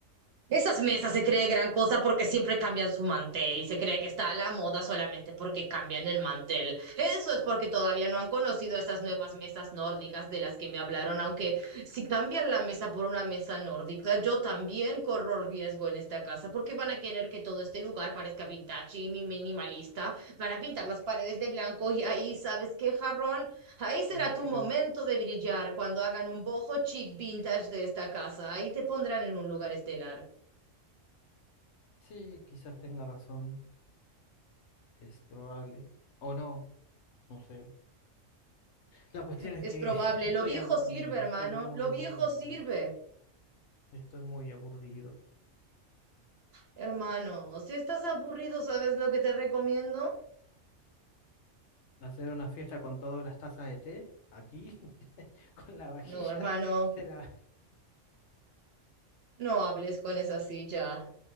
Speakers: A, on the right; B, on the left.
A: Esas mesas se cree gran cosa porque siempre cambian su mantel y se cree que está a la moda solamente porque cambian el mantel. Eso es porque todavía no han conocido esas nuevas mesas nórdicas de las que me hablaron, aunque si cambian la mesa por una mesa nórdica, yo también corro riesgo en esta casa porque van a querer que todo este lugar parezca vintage y mi- minimalista. Van a pintar las paredes de blanco y ahí, ¿sabes qué, jarrón? Ahí será
B: Eh,
A: tu
B: creo
A: momento
B: que
A: de brillar cuando hagan un bojo chic vintage de esta casa. Ahí te pondrán en un lugar estelar.
B: sí, quizás tenga razón, es probable. O no, no sé. La cuestión es
A: Es
B: que
A: probable,
B: <laughs> estoy
A: lo viejo
B: aburrido,
A: sirve, hermano,
B: estoy muy
A: lo
B: aburrido,
A: viejo sirve,
B: estoy muy aburrido.
A: hermano. Si estás aburrido, ¿sabes lo que te recomiendo?
B: Hacer una fiesta con todas las tazas de té, aquí, <laughs> con la vajilla
A: No, hermano,
B: de la...
A: no hables con esa silla,